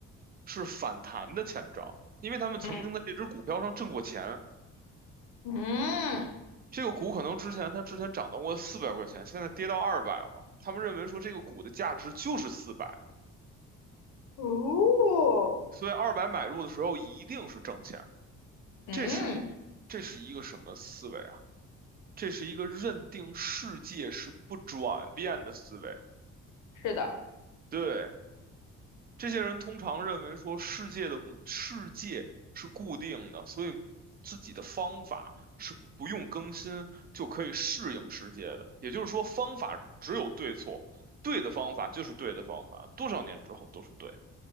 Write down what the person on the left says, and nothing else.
嗯嗯
哦，
嗯，
是的，